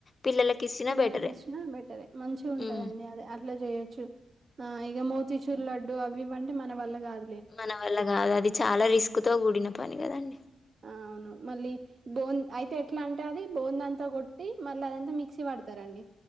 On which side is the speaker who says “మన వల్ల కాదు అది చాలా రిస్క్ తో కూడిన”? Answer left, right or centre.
Left